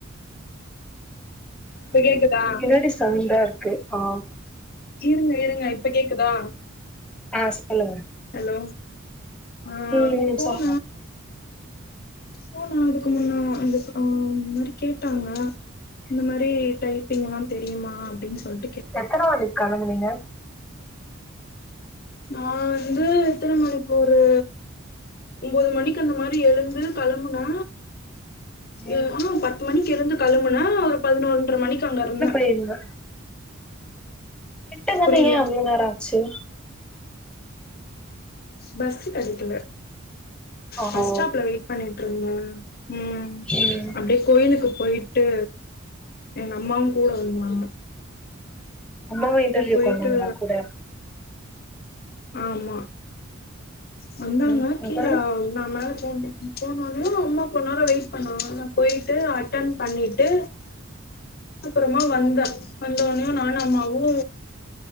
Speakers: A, on the left; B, in the centre.
A: இப்ப கேக்குதா
B: பின்னாடி சவுண்டா இருக்கு ஆ
A: இருங்க இருங்க இப்ப கேக்குதா
B: ஆ சொல்லுங்க
A: ஹலோ ஆ
B: ம் ம்
A: போன
B: சொல்லுங்க
A: போனா அதுக்கு முன்னா அது இப்போ இந்த மாரி கேட்டாங்க இந்த மாரி டைப்பிங் எல்லா தெரியுமா அப்படின்னு சொல்லி
B: எத்தன மணிக்கு கெளம்புணிங்க
A: நா வந்து எத்தன மணிக்கு ஒரு ஒன்பது மணிக்கு அந்த மாரி எழுந்து கெளம்புனா
B: ம்
A: ஆ பத்து மணிக்கு இருந்து கெளம்புனா ஒரு பதினொன்ற மணிக்கு அங்க இருந்தே
B: தெர்ல கிட்டதானே
A: புரில
B: ஏ அவ்வளோ நேரோ ஆச்சு
A: பஸ் கெடைக்கல
B: ஓ
A: பஸ் ஸ்டாப்ல வெயிட் பண்ணிட்டு இருந்த ம்
B: ம்
A: அப்படியே கோயிலுக்கு போயிட்டு எங்க அம்மாவு கூட வருவாங்க
B: அம்மாவு இன்டர்வியூக்கு
A: போயிட்டு
B: வந்தாங்களா கூட
A: ஆமா வந்தாங்க
B: ம்
A: கீழ
B: அப்பறோ
A: ஆ நா மேல ஃபோன் போம்போது அம்மா கொஞ்சு நேரோ வெயிட் பண்ணாங்க நா போயிட்டு அட்டன் பண்ணிட்டு அப்றமா வந்து வந்தோனே நானு அம்மாவு